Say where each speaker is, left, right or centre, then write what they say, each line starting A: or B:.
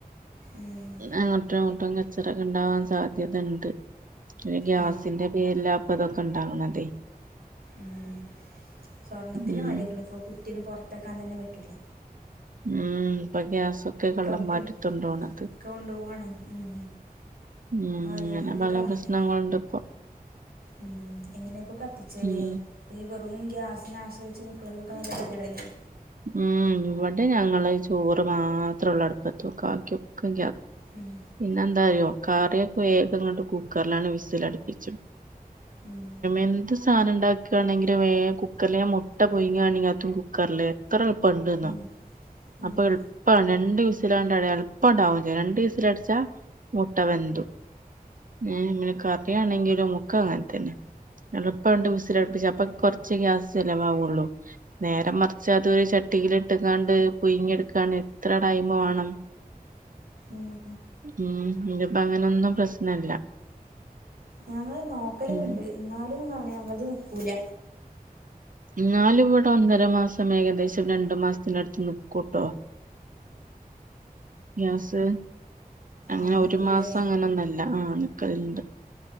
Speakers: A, on the right; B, on the right.
A: ഉം
B: അങ്ങോട്ടും അങ്ങോട്ടും കച്ചടക്ക ഉണ്ടാവാൻ സാധ്യത ഉണ്ട് ഗ്യാസിന്റെ
A: ആ
B: പേരില്ലാ അപ്പ ഇതൊക്കെ ഉണ്ടാവണം അതെ
A: ഉം സ്വർണത്തിന്
B: ഉം
A: വരക്കണ ഇപ്പൊ കുറ്റിന്ന് പുറത്തക്കാൻ തന്നെ പറ്റൂല
B: ഉം പക്കയാസ തൊക്കെ കള്ളം
A: കട്ടും
B: മാറ്റത്തുണ്ടോണത്
A: ഒക്കെ കൊണ്ടുപോവാണ് ഉം
B: ഉം
A: അങ്ങനൊരു
B: അങ്ങനെ പല
A: കാലം
B: പ്രശ്നങ്ങളുണ്ട് ഇപ്പൊ
A: ഉം എങ്ങനെപ്പൊ കത്തിച്ചല്ലേപ്പഈ
B: ഉം
A: വെറും ഗ്യാസിനെ ആശ്രയി <unintelligible> ക്കല്ലടല്ലേ
B: ഉം ഇവിടെ ഞങ്ങള് ചോറ് മാത്രേ ഉള്ള അടുപ്പത്തോ കാക്കിയൊക്കെ
A: ഉം
B: പിന്നെ എന്താ അറോ കറിയൊക്കെ വേഗംങ്ങ് കുക്കറിലാണ് വിസൽടിപ്പിച്ചു
A: ഉം
B: എന്ത് സാധനം ഇണ്ടാ ണെങ്കിലും ഏഹ് കുക്കറൽ മുട്ട പൊയിങ്ങാണെങ്ക അത്തും കുക്കറില് എത്ര എളുപ്പംണ്ട്ന്ന്
A: ഉം ഉം
B: അപ്പൊ എളുപ്പ രണ്ട വിസിലാണ്ട എളുപ്പം ഉണ്ടാവും രണ്ടു വിസില അടച്ചാ മുട്ട വെന്തു ഏഹ് പിനെക്ക്റിയണെങ്കിൽ ഒരു മുക്ക അങ്ങനെ തന്നെ എളുപ്പണ്ട് ഉസിലടുപ്പിച്ച അപ്പൊ കുറച്ച് ഗ്യാസ് ചിലവാകുള്ളു നേരംറ <unintelligible> അത്രു ചട്ടിൽിട്ടങ്ങാണ്ട് പൊങ്ങെടുക്കാണ് എത്ര ടൈം വേണം
A: ഉം
B: ഉം ഇപ്പ അങ്ങനൊന്നും പ്രശ്നല്ല
A: ഞങ്ങള്ൾ നോക്കലൊക്കെ
B: ഉം
A: ഇണ്ട് എന്നാലും കാണ ഞങ്ങളത് നക്കൂല
B: എന്നാല ഇവിടെ ഒന്നര മാസം ഏകദേശം രണ്ടു മാസത്തിന അടുത്ത് നിക്കൂട്ടോ ഗ്യാസ് അങ്ങനെ
A: ആ നിൽക്കൂലേ
B: ഒരു മാസം അങ്ങനൊ ഒന്നല്ല ആഹ് അണക്കലണ്ട്